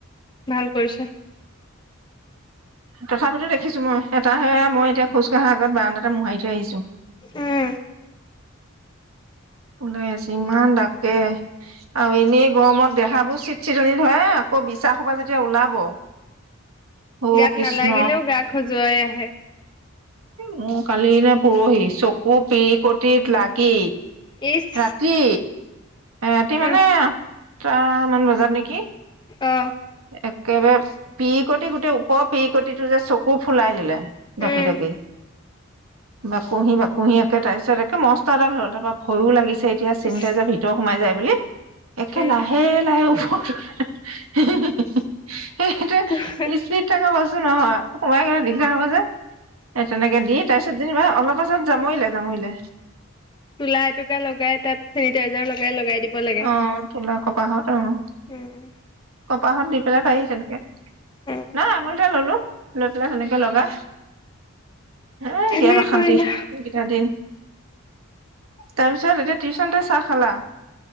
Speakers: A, on the left; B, on the right.
A: ভাল কৰিছে।
B: তথাপিতো দেখিছোঁ মই। এটাহে মই এতিয়া খোজ কঢ়াৰ আগত বাৰাণ্ডাতে মোহাৰি থৈছো।
A: উম।
B: ওলাই আছে ইমান দাকে। আৰু এনেই গৰমত দেহাবোৰ চিটচিটনি ধৰে আকৌ বিচা সোপা যেতিয়া ওলাব। অ
A: গাত
B: কৃষ্ণ
A: নালাগিলেও গা খজুৱাই। হে
B: মোৰ কালি নে পৰহি চকু পি কটিত লাগি।
A: ইচ
B: ৰাতি। এতি মানে
A: উম,
B: ট্ৰা মান বজাৰ নেকি?
A: অ',
B: একেবাৰে পিৰিকটি গোটেই ওপৰ পিৰিকটিটো যে চকু ফুলাই দিলে ঢাকি
A: উম,
B: - ঢাকি। বাকুহি - বাকুহি একে তাৰ পিছত একে মস্ত এডাল হ'ল তাৰপা ভয়ও লাগিছে চেতিয়া চেনিটাইজাৰ
A: ইচ
B: ভিতৰ সোমাই যায় বুলি একে
A: উম,
B: লাহে - লাহে উফ', হহ- হ- হে - হে - হে - হে সেইটো
A: তোলা
B: ইস্পিত থকা বস্তু নহয়। সোমাই গলে দিগদাৰ হ'ব যে। এ', তেনেকে দি তাৰপিছত যেনিবা অলপ পাছত যামইলে - যামইলে
A: তোলা এটুকা লগাই তাত চেনিটাইজাৰ লগাই - লগাই দিব লাগে।
B: অ', তুলী কোপাহত অ',।
A: উম,
B: কপাহত দি পেলাই পায়হি তেনেকে
A: উম,
B: না আঙুলিতে ললো লৈ পেলাই সেনেকে লগা এ
A: ভালেই
B: বিৰাত অশান্তি
A: কৰিলা
B: এইকেইটা দিন তাৰপিছত এতিয়া টিউচনতে চাহ খালা